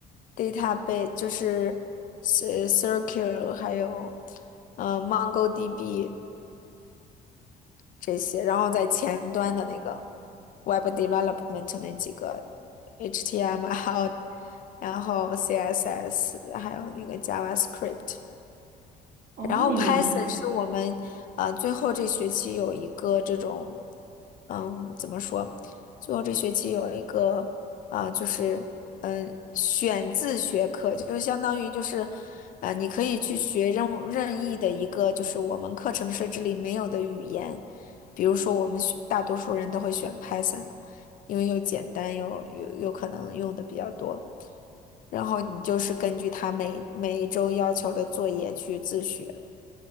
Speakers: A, on the left; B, on the right.
A: database，就是 cir 呃 r c l e 还有嗯 MongoDB 这些，然后在前端的那个。Web Development 那几个 HTML，然后 CSS，还有那个 JavaScript。
B: 哦，
A: 然后
B: 那你们，
A: Python 是我们呃最后这学期有一个这种，嗯，怎么说？最后这学期有一个啊、就是嗯、呃选自学课，就相当于就是呃你可以去学任任意的一个就是我们课程设置里没有的语言，比如说我们选大多数人都会选 Python，因为又简单又又又可能用的比较多，然后你就是根据他每每一周要求的作业去自学。